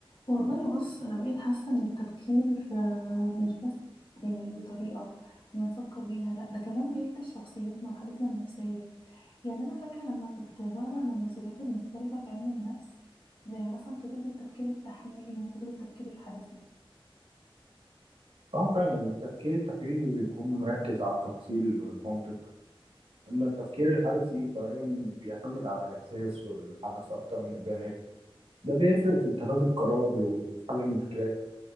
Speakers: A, on the left; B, on the right.
A: والله بص أنا بقيت حاسة إن التفكير آه، مش بس يعني بطريقة بنفكر بيها لأ ده كمان بيعكس شخصيتنا وحالتنا النفسية يعني أنا فاكرة لما كنت بقرأ عن النظريات المختلفة في علم النفس زي مثلا طريقة التفكير التحليلي مقابل التفكير الحدسي
B: اه فعلا التفكير التحليلي بيكون مركز على التفاصيل والمنطق اما التفكير الحدثي فغالبا بيعتمد على الاحساس والحدث اكتر من البيانات ده بيفرق في اتخاذ القرار وفي حل المشكلات